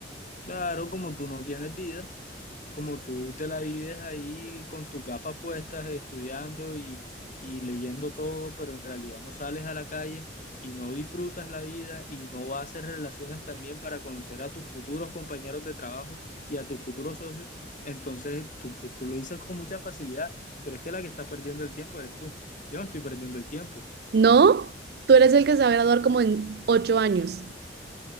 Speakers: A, on the left; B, on the right.
A: claro, como tú no tienes vida como tú te la vives ahí con tus gafas puestas, estudiando y, y leyendo todo, pero en realidad no sales a la calle y no disfrutas la vida y no vas a hacer relaciones también para conocer a tus futuros compañeros de trabajo y a tus futuros socios, entonces tú, pues, tú lo dices con mucha facilidad, pero es que la que está perdiendo el tiempo eres tú. Yo no estoy perdiendo el tiempo.
B: ¿No? Tú eres el que se va a graduar como en ocho años.